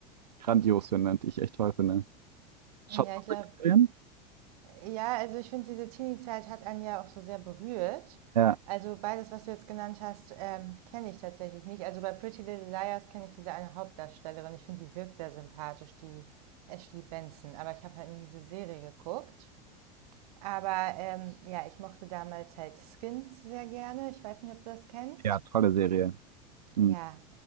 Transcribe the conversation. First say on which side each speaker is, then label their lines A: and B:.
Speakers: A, on the right; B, on the right.
A: grandios finde und die ich echt toll finde. Schaut
B: Ja,
A: ihr
B: ich glaube,
A: solche Serien?
B: Ja, also ich finde, diese Teenie-Zeit hat einen ja auch so sehr berührt.
A: Ja.
B: Also beides, was du jetzt genannt hast, ähm, kenne ich tatsächlich nicht. Also bei Pretty Little Liars kenne ich diese eine Hauptdarstellerin. Ich finde, die wirkt sehr sympathisch, die Ashley Benson. Aber ich habe halt nie diese Serie geguckt. Aber ähm, ja, ich mochte damals halt Skins sehr gerne. Ich weiß nicht, ob du das kennst.
A: Ja, tolle Serie. Mhm.
B: Ja,